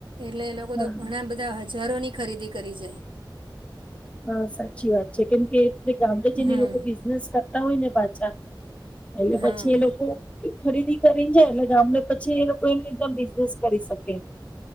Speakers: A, on the right; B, on the left.
A: એટલે એ લોકો
B: હા
A: તો ઘણા બધા બધા હજારો ની ખરીદી કરી જાય.
B: હા સાચી વાત છે કેમ કે એ ગામડે જઈને
A: હમ
B: લોકો બિઝનેસ કરતા હોય ને પાછા એટલે
A: હા
B: પછી એ લોકો ખરીદી કરીને જાય એટલે ગામડે પછી એ લોકો એની રીતે બિઝનેસ કરી શકે.